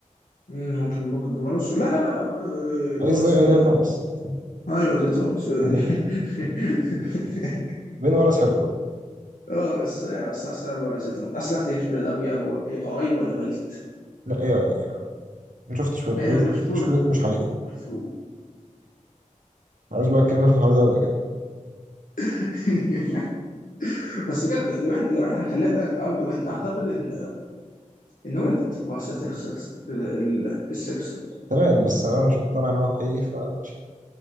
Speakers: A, on the left; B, on the right.
A: مم، ممكن ممكن بنورس لا لا لا لا آه، بنورس
B: عايز زي
A: مين
B: أزاي
A: يا عم؟
B: توماس صح؟
A: ايوه زي توماس
B: أزاي توماس.
A: <laughs>
B: بين والاس حلو برضه.
A: اه بس آه، بس احسن ما واجهتهم اصلا في تاريخ فيلادلفيا هو اي اي ولا ولت
B: لا يا يا ما شفتش ويلت
A: ما هي
B: ويلت
A: بجد
B: مش
A: بطوله
B: مش ويلت مش حقيقي
A: ولت و-
B: عايز بقى اتكلمنا في الحوار ده قبل كده
A: <laughs> بس بجد لو إن- لو احنا هنخليها فعلا ارجيومنت اعتقد ان ان ولت هو احسن لعبه في تاريخ السلس- ال- ال- السكسرز
B: تمام بس أنا مش مقتنع إن هو حقيقي فماشي